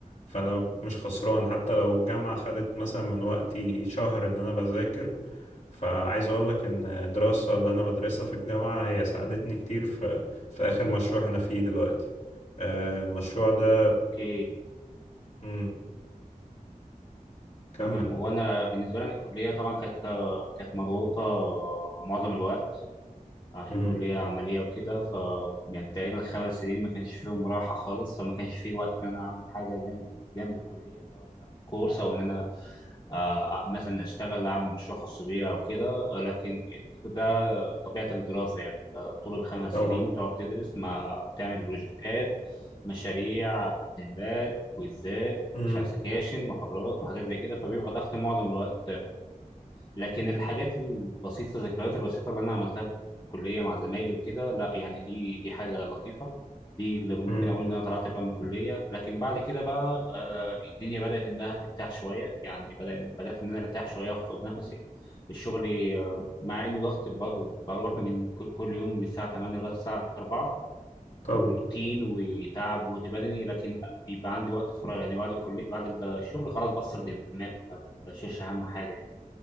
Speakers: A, on the left; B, on the left.
A: فانا مش خسران حتى لو الجامعة خدت مثلا من وقتي شهر ان انا بذاكر فعايز اقول لك ان الدراسة اللي انا بدرسها في الجامعة هي ساعدتني كتير في في اخر مشروع انا فيه دلوقتي آه، المشروع ده
B: اوكي
A: مم. كمل
B: تمام وانا بالنسبه لي انا الكليه طبعا كانت كانت مضغوطه معظم الوقت عشان
A: مم.
B: كليه عمليه وكده ف يعني تقريبا خمس سنين ما كانش فيهم راحه خالص فما كانش في وقت ان انا اعمل حاجه جنب جنب الكليه سواء ان انا اخد كورس او ان انا آه، مثلا اشتغل اعمل مشروع خاص بيا او كده آه، لكن ده طبيعة الدراسة يعني أنت طول الخمس
A: طبعا
B: سنين بتقعد تدرس ما بتعمل بروجكتات مشاريع بتدريبات كويزات
A: مم.
B: مش عارف سكاشن محاضرات وحاجات زي كده فبيبقى ضغط معظم الوقت لكن الحاجات البسيطة الذكريات البسيطة اللي أنا عملتها في الكلية مع زمايلي وكده لا يعني دي دي حاجة لطيفة دي اللي ممكن
A: مم.
B: أقول إن أنا طلعت بقى من الكلية لكن بعد كده بقى آه الدنيا بدأت إنها ترتاح شوية يعني بدأ بدأت إن أنا أرتاح شوية وآخد نفسي الشغل آه مع إنه ضغط برضه بروح من كل, كل يوم من الساعة 8 لغاية الساعة 4
A: طبعا
B: وروتين وتعب وجهد بدني لكن بيبقى عندي وقت فراغ يعني بعد الكلية بعد الشغل خلاص بفصل دماغي ما بشيلش أهم حاجة